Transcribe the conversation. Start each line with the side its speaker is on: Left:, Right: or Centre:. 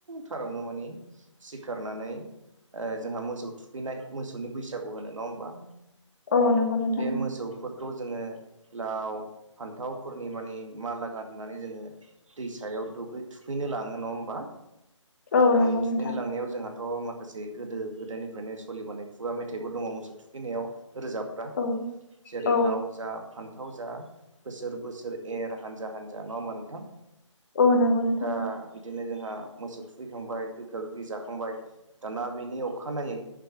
Right: सारावनो माने सिखारनानै जोंहा मोसौ थुखैनाय मोसौनि बैसागु होनो नङा होमबा,
Left: औ नंगौ नोंथां
Right: बे मोसौ फोरफोरखौ जोङो लाव फान्थावफोरनि माने माला गान होननानै जोङो। दैसायाव दुगै थुखैनो लाङो नङा होमबा
Left: औ
Right: दा
Left: नंगौ
Right: बै थुखैनो
Left: नोंथां
Right: लांनायाव जोंहा, दाथ' माखासे गोदो गोदायनिफ्रायनो सोलिबोनाय खुगा मेथाइबो दङ मोसौ थुखैनायाव रोजाब
Left: औ
Right: जेरै
Left: औ
Right: लाव जा फान्थाव जा बोसोर बोसोर एर हानजा हानजा नङा हा नोंथां
Left: औ नंगौ नोंथां
Right: दा बिदिनो जोंहा मोसौ थुखैखांबाय गोखा गोखै जाखांबाय दाना बेनि अखानायै